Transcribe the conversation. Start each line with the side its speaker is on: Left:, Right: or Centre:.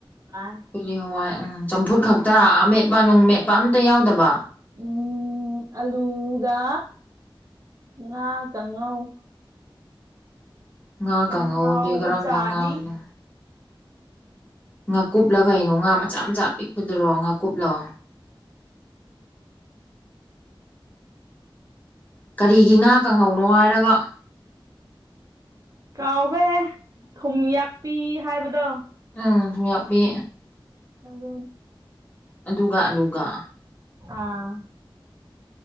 Right: ꯆꯥꯏ
Left: ꯀꯨꯂꯤ ꯍꯋꯥꯏ ꯎꯝ ꯆꯝꯐꯨꯠ ꯈꯛꯇ ꯑꯃꯦꯠꯄ ꯅꯨꯡ ꯃꯦꯠꯄ ꯑꯝꯇ ꯌꯥꯎꯗꯕ
Right: ꯎꯝ ꯑꯂꯨꯒ ꯉꯥꯒ ꯉꯧ
Left: ꯉꯥ ꯀꯥꯡꯉꯧꯗꯤ
Right: ꯌꯥꯝ ꯍꯥꯥꯎ ꯍꯥꯎꯕꯖꯥꯠꯅꯤ
Left: ꯀꯔꯝꯕ ꯉꯥꯅꯣ ꯉꯥꯀꯨꯞꯂ ꯀꯩꯅꯣ ꯉꯥ ꯃꯆꯥ ꯃꯆꯥ ꯄꯤꯛꯄꯗꯨꯔꯣ ꯉꯥꯀꯨꯞꯂꯣ ꯀꯔꯤꯒꯤ ꯉꯥ ꯀꯪꯍꯧꯅꯣ ꯍꯥꯏꯔꯒ
Right: ꯀꯥꯎꯍꯦ ꯊꯨꯝ ꯌꯥꯛꯄꯤ ꯍꯥꯏꯕꯗꯣ
Left: ꯎꯝ ꯊꯨꯝ ꯌꯥꯛꯄꯤ
Right: ꯇꯥꯕ꯭ꯔꯣ
Left: ꯑꯗꯨꯒ ꯑꯂꯨꯒ
Right: ꯑꯥ